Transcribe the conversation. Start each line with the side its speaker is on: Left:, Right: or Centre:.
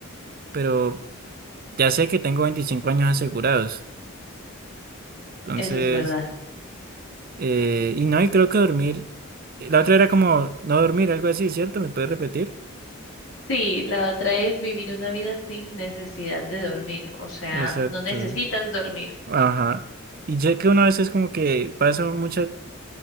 Right: pero ya sé que tengo 25 años asegurados, entonces...
Left: Eso es verdad.
Right: Eh, y no, y creo que dormir. La otra era como no dormir, algo así, ¿cierto? ¿Me puedes repetir?
Left: Sí, la otra es vivir una vida sin necesidad de dormir. O sea,
Right: Exacto.
Left: no necesitas dormir.
Right: Ajá. Y sé que una vez es como que paso mucha